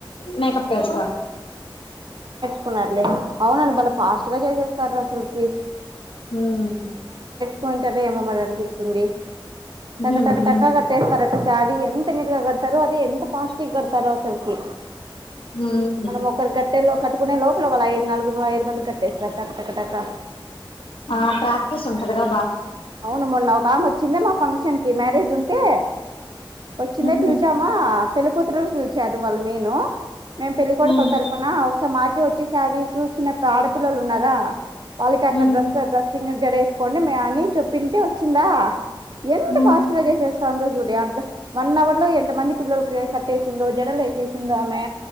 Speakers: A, on the left (about 80°); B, on the right (about 55°).
A: మేకప్ ఏస్త
B: కునారు లే అవునండి బలే ఫాస్ట్ గా చేసేస్తారా అసలుకి
A: ఉమ్
B: కుంటారు ఏమో మరి అనిపిస్తుంది అక్క
A: ఉమ్
B: టక టక కట్టేస్తారు శారీ ఎంత నీట్గా గడతారు అదే ఎంత ఫాస్ట్ గడతారు అసల్కి
A: ఉమ్
B: మనం ఒకరు కట్టే లో కట్టుకునే లోపల వాళ్లు ఐదు నాలుగు ఐదు మంది కట్టేస్తారు టక టక
A: ఆ ప్రాక్టీస్ ఉంటది గ
B: అవున మొన్న ఒకకాం వచ్చింద మా ఫంక్షన్ కి మ్యారేజ్ ఉంటే వచ్చింద
A: ఉహు
B: పిలిచామా పెళ్లి కూతురుని పిలిచారు వాళ్ళు మెను మేం పెళ్ళికొడుకుల
A: ఉమ్
B: తరపున ఒకసారి మాకే వచ్చి శారీస్ చిన్న ఆడపిల్లలు ఉన్నారా వాళ్ళకి అట్లా
A: ఉమ్
B: డ్రస్ డ్రెసింగ్ జడ వేసుకోండి మే అని చెప్పింటే వచ్చిందా ఎంత
A: ఉమ్ ఉమ్
B: ఫాస్ట్ గా చేసా సందు చూడు అబ్బా వన్ హవర్ లో ఎంత మంది పిల్లలకి లెసిందో జడలు వేసేసిందో ఆమె